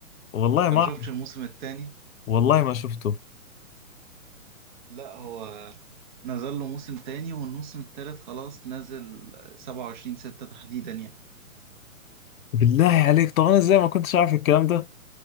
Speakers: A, on the left (about 75°); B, on the right (about 35°).
A: والله
B: انت
A: ما
B: ما
A: أعرف.
B: شفتش الموسم التاني
A: والله ما شفته
B: لا هو نزل له موسم تاني والموسم التالت خلاص نزل 27 6 تحديدا يعني
A: بالله عليك طب انا ازاي ما كنتش عارف الكلام ده